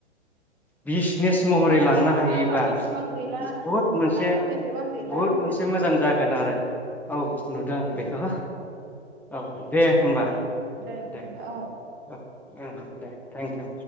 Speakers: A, in the centre; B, on the right (about 25°).
A: बिस नेस महरै
B: जोंना
A: लांनो हायोबा
B: टाइमाबो एसेबां गैला
A: बुहुद मोनसे
B: टाइमाबो एसेबां गैला
A: बुहुद
B: जोंनिया
A: मोनसे मोजां जागोन आरो। औ नुदों
B: औ औ
A: बेखौ
B: औ
A: औ दे होमबा
B: औ बिदिब्ला
A: दे
B: औ
A: औ ओं दे थेंक इउ